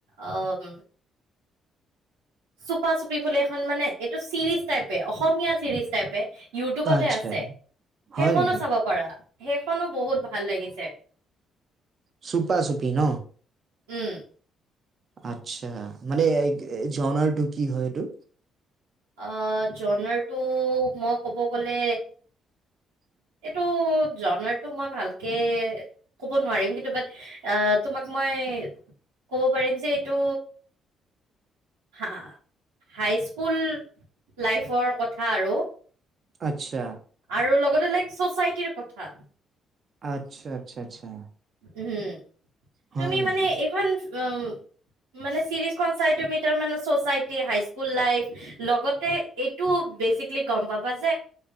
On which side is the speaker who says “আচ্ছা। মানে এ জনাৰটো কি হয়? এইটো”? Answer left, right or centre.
Right